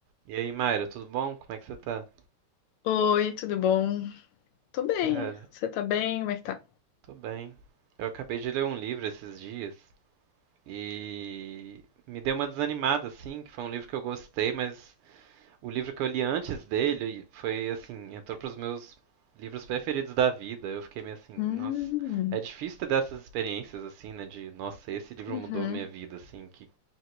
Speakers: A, on the right; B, on the left.
A: E aí, Mayra, tudo bom? Como é que você tá?
B: Oi, tudo bom? Tô bem.
A: Cara,
B: Você tá bem? Como é que tá?
A: tô bem. Eu acabei de ler um livro esses dias e me deu uma desanimada, assim, que foi um livro que eu gostei, mas o livro que eu li antes dele foi, assim, entrou pros meus livros preferidos da vida. Eu fiquei meio assim, nossa,
B: Hum,
A: é difícil ter dessas experiências, assim, né, de, nossa, esse livro
B: uhum.
A: mudou minha vida, assim, que